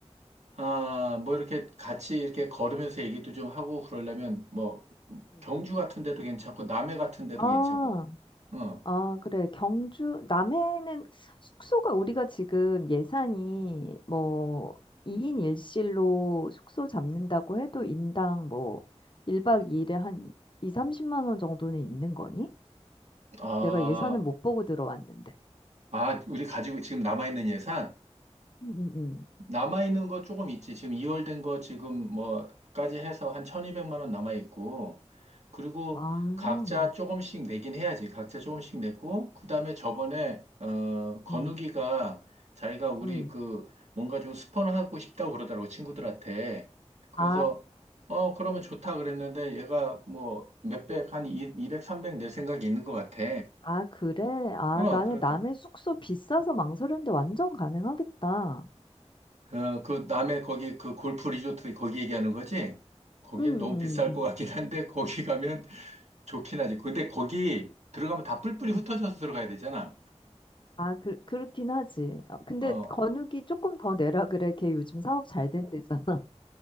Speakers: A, on the right (about 75°); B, on the left (about 45°).
A: 아, 뭐 이렇게 같이 이렇게 걸으면서 얘기도 좀 하고 그러려면, 뭐,
B: 음.
A: 경주 같은 데도 괜찮고, 남해 같은 데도
B: 아,
A: 괜찮고, 응.
B: 아, 그래. 경주, 남해는 숙소가 우리가 지금 예산이 뭐 2인 1실로 숙소 잡는다고 해도 인당 뭐 1박 2일에 한 2, 30만 원 정도는 있는 거니?
A: 아,
B: 내가 예산은 못 보고 들어왔는데.
A: 아, 우리 가지고 지금 남아있는 예산?
B: 음, 음, 음.
A: 남아있는 거 조금 있지. 지금 2월 된 거 지금 뭐까지 해서 한 1200만 원 남아있고, 그리고
B: 와. 음,
A: 각자 조금씩 내긴 해야지. 각자 조금씩 냈고, 그 다음에 저번에, 어, 건우기가
B: 음.
A: 자기가 우리
B: 음.
A: 그 뭔가 좀 스폰하고 싶다고 그러더라고, 친구들한테. 그래서,
B: 아,
A: 어, 그러면 좋다 그랬는데 얘가 뭐 몇백, 한 200, 300 낼 생각이 있는 것 같아.
B: 아, 그래? 아,
A: 어,
B: 나는
A: 그러니까.
B: 남의 숙소 비싸서 망설였는데 완전 가능하겠다.
A: 어, 그 남해 거기 그 골프 리조트 거기 얘기하는 거지? 거긴
B: 응, 응,
A: 너무 비쌀
B: 응.
A: 것 같긴 한데 거기 가면 좋긴 하지. 근데 거기 들어가면 다 뿔뿔이
B: 응. 응.
A: 흩어져서 들어가야 되잖아.
B: 아, 그, 그렇긴 하지. 어, 근데
A: 어,
B: 건욱이 조금 더 내라 그래. 걔 요즘 사업 잘 된대잖아. <laughs>